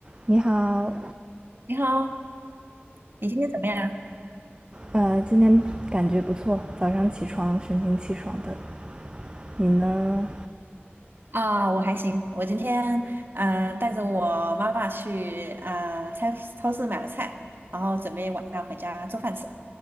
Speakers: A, on the right; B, on the right.
A: 你好，
B: 你好，你今天怎么样？
A: 呃，今天感觉不错，早上起床神清气爽的。你呢？
B: 啊、我还行。我今天嗯、呃带着我妈妈去呃菜超市买了菜，然后准备晚上回家做饭吃。